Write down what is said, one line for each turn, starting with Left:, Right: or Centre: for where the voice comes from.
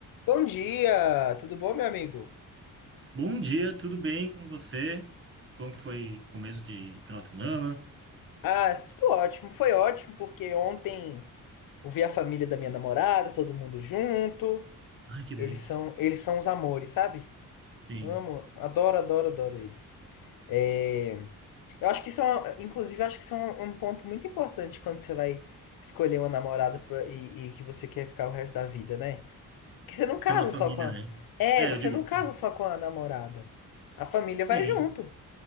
Left: Bom dia, tudo bom, meu amigo?
Right: Bom dia, tudo bem com você? Como que foi começo de final de semana?
Left: Ah, tudo ótimo. Foi ótimo porque ontem eu vi a família da minha namorada, todo mundo junto.
Right: Ai, que delícia.
Left: Eles são, eles são os amores, sabe?
Right: Sim,
Left: Amo, adoro, adoro, adoro eles. É, eu acho que isso é, uma- inclusive, eu acho que isso é um, um ponto muito importante quando você vai escolher uma namorada pra- e, e que você quer ficar o resto da vida, né? Que você não casa
Right: tem uma família,
Left: só com a...
Right: né?
Left: É,
Right: É,
Left: você
Right: eu digo,
Left: não casa só com a namorada. A família
Right: sim,
Left: vai junto,